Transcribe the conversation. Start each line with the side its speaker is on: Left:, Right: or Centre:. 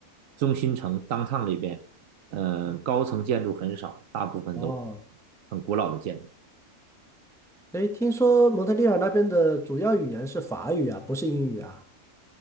Right: 中心城当 o 里边，嗯、呃高层建筑很少，大部分都是
Centre: 哦，
Right: 很古老的建筑。
Centre: 诶，听说蒙特利尔那边的主要语言是法语啊，不是英语啊？